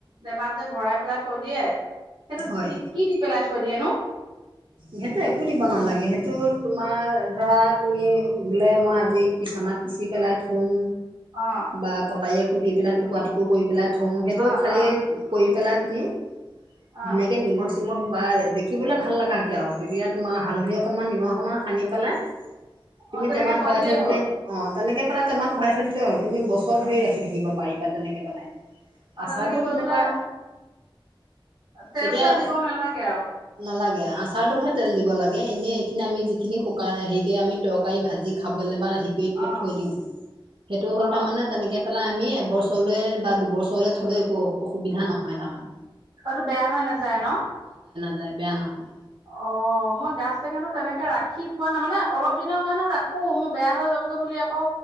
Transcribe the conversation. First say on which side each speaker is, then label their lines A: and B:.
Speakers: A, on the right; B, on the right.
A: টেমাত যে ভৰাই পেলাই থৈ দিয়ে। সেইটোত
B: হয়
A: কি-কি দি পেলাই থৈ থৈ দিয়েনো!
B: সেইটো একো দিব নালাগে, সেইটোত তোমাৰ ধৰা তুমি বোলে মই আজি পিচনাত পিচি পেলাই থ'ম।
A: অ
B: বা কটাৰীয়ে কুটি পেলাই, টুকুৰা-টুকুৰ কৰি পেলাই থওঁ সেইটো
A: অ
B: খালি
A: অ
B: কৰি পেলাত তুমি?
A: অ
B: ধুনীয়াকে নিমখ মখ বা দেখিবলৈ ভাললগা কে আও, তেতিয়া তোমাৰ হালধি অকণমান নিমখ অকণমান সানি পেলাই তুমি
A: অ তেনেকে
B: টেমাত ভৰাই
A: দিলেই
B: থৈ
A: হ'ল
B: দিলে, অ' তেনেকে টেমাত ভৰাই থদিলে হ'ল তুমি বছৰ ধৰি ৰাখি থাকিব পাৰিবা তেনেকে পেলাই
A: অ'
B: আচাৰটো
A: তেনেকে কৰি
B: তেনেকুৱা
A: পেলাই তেল
B: তেতিয়া
A: -চেল দিব নালাগে আৰু
B: নালাগে আচাৰটোতহে তেল দিব লাগে এনে এইখিনি আমি যিখিনি শুকাই হেৰিকে আমি তকাৰী ভাজি খাবলৈ বা <unintelligible>
A: অ
B: থৈ দিও। সেইটো হ'ল
A: অ
B: তাৰমানে তেনেকে পেলাই আমি এবছৰলৈ বা দুবছৰলৈ থ'লে একো অসুবিধা নহয় তাৰমানে।
A: অটো বেয়া হৈ নাযায় ন'?
B: নাই, বেয়া নহয়।
A: অ' মই গাজ টেঙাটো তেনেকে ৰাখি পোৱা নাই। মানে অলপ দিনৰ কাৰণে ৰাখোঁ । মোৰ বেয়া হৈ যাবগে বুলি আকৌ